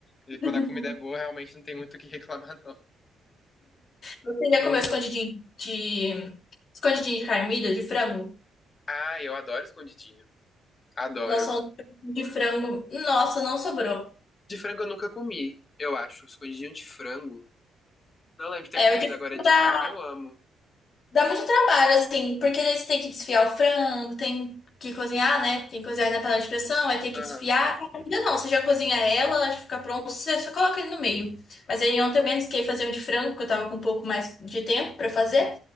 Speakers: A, on the left (about 35°); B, on the left (about 55°).
A: E
B: <laughs>
A: quando a comida é boa, realmente não tem muito o que <laughs> reclamar, não.
B: Você já
A: É.
B: comeu escondidinho de... Escondidinho de carmilha, de frango?
A: Ah, eu adoro escondidinho. Adoro.
B: Nossa, falando de frango... Nossa, não sobrou.
A: De frango eu nunca comi, eu acho. Escondidinho de frango. Não lembro de ter
B: É,
A: comido.
B: o de frango
A: Agora de
B: dá,
A: carne eu amo.
B: dá muito trabalho, assim, porque daí você tem que desfiar o frango, tem que cozinhar, né? Tem que cozinhar na panela de pressão, aí tem que
A: Aham.
B: desfiar. Ainda não, você já cozinha ela, ela já fica pronta, você só coloca ele no meio. Mas aí ontem eu me arrisquei a fazer um de frango, que eu tava com um pouco mais de tempo pra fazer.